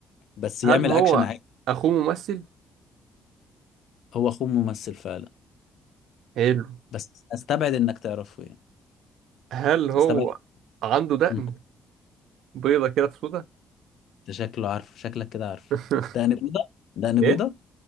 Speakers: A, on the left; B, on the right.
A: بس يعمل
B: هل هو
A: أكشن عادي
B: أخوه ممثل؟
A: هو أخوه ممثل فعلا
B: حلو
A: بس أستبعد إنك تعرفه يعني
B: هل هو
A: أستبعد
B: عنده دقن
A: مم.
B: بيضة كده في سودا؟
A: ده شكله عارف شكلك كده عارف
B: <laughs>
A: دقن بيضة دقن
B: إيه؟
A: بيضة